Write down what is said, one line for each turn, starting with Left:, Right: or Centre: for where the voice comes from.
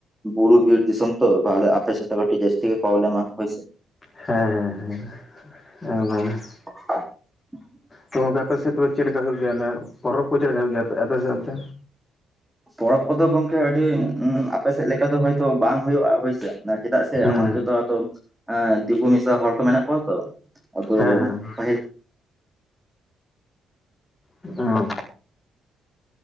Centre: ᱵᱩᱲᱩ ᱵᱤᱨᱲ ᱫᱤᱥᱚᱢ ᱛᱚ ᱵᱟ ᱟᱞᱮ ᱟᱯᱮ ᱥᱮ ᱫᱚ ᱡᱟᱥᱛᱤᱜᱮ ᱯᱳᱵᱞᱮᱢᱟ ᱦᱳᱭᱥᱮ᱾
Left: ᱦᱮᱸ ᱦᱮᱸ ᱦᱮᱸ <unintelligible>
Centre: <inaudible>
Left: ᱛᱚ ᱜᱚᱝᱠᱮ ᱟᱯᱮ ᱥᱮᱫ ᱛᱵᱮ ᱪᱮᱫ ᱞᱮᱠᱟ ᱦᱩᱭᱩᱜ ᱜᱮᱭᱟ ᱚᱱᱮ ᱯᱚᱨᱚᱵᱽ ᱠᱚ ᱪᱮᱫ ᱞᱮᱠᱟ ᱦᱩᱭᱩᱜ ᱜᱮᱭᱟ ᱟᱯᱮ-ᱟᱯᱮᱥᱮᱫ ᱚᱱᱛᱮ?
Centre: ᱯᱚᱨᱚᱵᱽ ᱠᱚᱫᱚ ᱜᱚᱝᱠᱮ ᱟᱹᱰᱤ ᱩᱸ ᱩᱸ ᱟᱯᱮᱥᱮᱫ ᱞᱮᱠᱟ ᱫᱚ ᱦᱭᱛᱚ ᱵᱟᱝ ᱦᱩᱭᱩᱜᱼᱟ ᱦᱳᱭᱥᱮ᱾ ᱚᱱᱟ ᱪᱮᱫᱟᱜ ᱥᱮ
Left: ᱦᱩᱸ
Centre: ᱚᱱᱛᱮ ᱫᱚ ᱟᱫᱚ ᱟᱸ ᱫᱤᱠᱩ ᱢᱤᱥᱟ ᱦᱚᱲ ᱠᱚ ᱢᱮᱱᱟᱜ ᱠᱚᱣᱟ ᱛᱚ᱾ ᱟᱫᱚ
Left: ᱦᱮᱸ ᱦᱮᱸ᱾
Centre: ᱯᱟᱹᱦᱤᱞ
Left: ᱚ᱾